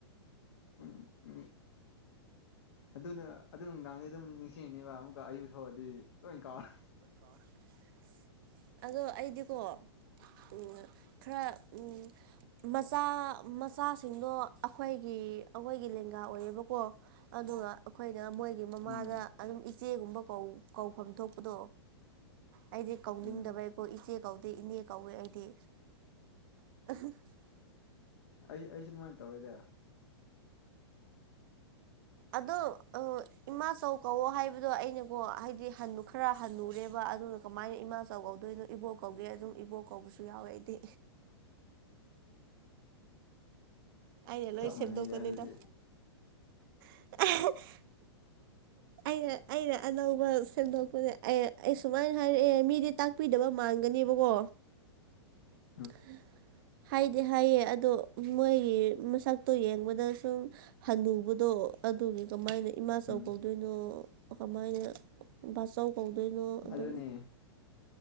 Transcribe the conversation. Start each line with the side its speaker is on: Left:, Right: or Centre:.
Left: ꯎꯝ ꯎꯝ ꯑꯗꯨꯅ ꯑꯗꯨ ꯅꯨꯡꯗꯥꯡꯗꯤ ꯑꯗꯨꯝ ꯅꯤꯡꯁꯤꯡꯅꯤꯕ ꯑꯃꯨꯛꯀ ꯑꯌꯨꯛ ꯊꯣꯛꯑꯗꯤ ꯂꯣꯏ ꯀꯥꯎꯔ
Right: <inaudible> ꯑꯗꯣ ꯑꯩꯗꯤꯀꯣ ꯎꯡ ꯈꯔ ꯎꯝ ꯃꯁ ꯆꯥ ꯃꯆꯥꯁꯤꯡꯗꯣ ꯑꯈꯣꯏꯒꯤ ꯑꯈꯣꯏꯒꯤ ꯂꯦꯡꯒꯥ ꯑꯣꯏꯌꯦꯕꯀꯣ ꯑꯗꯨꯒ ꯑꯈꯣꯏꯅ ꯃꯣꯏ ꯒꯤ ꯃꯃꯥꯗ
Left: ꯎꯝ
Right: ꯑꯗꯨꯝ ꯏꯆꯦꯒꯨꯝꯕ ꯀꯧ ꯀꯧꯐꯝ ꯊꯣꯛꯄꯗꯣ ꯑꯩꯗꯤ ꯀꯧꯅꯤꯡꯗꯕꯩꯀꯣ
Left: ꯎꯝ
Right: ꯏꯆꯦ ꯀꯧꯗꯦ ꯏꯅꯦ ꯀꯧꯋꯦ ꯑꯩꯗꯤ <unintelligible>
Left: ꯑꯩ ꯑꯩꯁꯦ ꯑꯗꯨꯃꯥꯏꯟ ꯇꯧꯋꯦꯗ
Right: ꯑꯗꯣ ꯑ ꯏꯃꯥꯆꯧ ꯀꯧꯋꯣ ꯍꯥꯏꯕꯗꯣ ꯑꯩꯅꯀꯣ ꯍꯥꯏꯗꯤ ꯍꯟꯅꯨ ꯈꯔ ꯍꯟꯅꯨꯔꯦꯕ ꯑꯗꯨꯒ ꯀꯃꯥꯏꯟ ꯏꯃꯥꯆꯧ ꯀꯧꯗꯣꯏꯅꯣ ꯏꯕꯣꯛ ꯀꯧꯒꯦ ꯑꯗꯨꯝ ꯏꯕꯣꯛ ꯀꯧꯕꯁꯨ ꯌꯥꯎꯋꯦ ꯑꯩꯗꯤ ꯑꯩꯅ ꯂꯣꯏ
Left: ꯆꯞ ꯃꯥꯟꯅꯩꯗ
Right: ꯁꯦꯝꯗꯣꯛꯄꯅꯤꯗ
Left: ꯑꯗꯨꯗꯤ
Right: <unintelligible>
Left: <unintelligible>
Right: ꯑꯩꯅ ꯑꯩꯅ ꯑꯅꯧꯕ ꯁꯦꯝꯗꯣꯛꯄꯁꯦ ꯑꯩ ꯑꯩ ꯁꯨꯃꯥꯏꯟ ꯍꯥꯏꯔꯛꯑꯦ ꯃꯤꯗꯤ ꯇꯥꯛ ꯄꯤꯗꯕ ꯃꯥꯟꯒꯅꯦꯕꯀꯣ
Left: <unintelligible>
Right: <unintelligible> ꯍꯥꯏꯗꯤ ꯍꯥꯏꯌꯦ ꯑꯗꯣ ꯃꯣꯏꯒꯤ ꯃꯁꯛꯇꯣ ꯌꯦꯡꯕꯗ ꯁꯨꯝ ꯍꯅꯨꯕꯗꯣ ꯑꯗꯨꯒꯤ ꯀꯃꯥꯏꯅ ꯏꯃꯥꯆꯧ
Left: ꯎꯝ
Right: ꯀꯧꯗꯣꯏꯅꯣ ꯀꯃꯥꯏꯅ ꯕꯥꯆꯧ ꯀꯧꯗꯣꯏꯅꯣ ꯑꯗꯨꯝ
Left: ꯑꯗꯨꯅꯤ